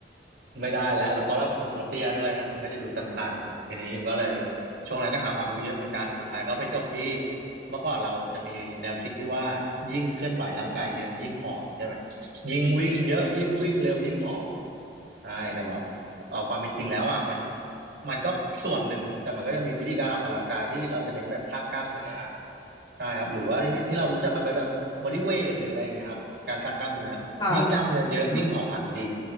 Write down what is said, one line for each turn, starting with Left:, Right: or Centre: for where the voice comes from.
Right: ไม่ได้แล้วแล้วเพราะเราเป็นคนตัวเตี้ยด้วยนะมันก็จะดูตันๆทีนี้มันก็เลยช่วงนั้นก็หาความรู้เยอะเหมือนกันสุดท้ายก็ไปจบที่เมื่อก่อนเราจะมีแนวคิดที่ว่ายิ่งเคลื่อนไหวร่างกายเยอะยิ่งผอมใช่ไหมยิ่งวิ่งเยอะยิ่งวิ่งเร็วยิ่งผอมใช่แต่บอกเอาความเป็นจริงแล้วอ่ะมันมันก็ส่วนหนึ่งแต่มันก็จะมีวิธีการออกกำลังกายที่เราจะเน้นแบบสร้างกล้ามเนื้อ ใช่ครับหรือว่าที่ที่เรารู้จักกันไปแบบบอดี้เวทหรืออะไรอย่างเงี้ยครับการสร้างกล้ามเนื้อยิ่งกล้ามเนื้อเยอะยิ่งเผาผลาญดี
Left: ค่ะค่ะ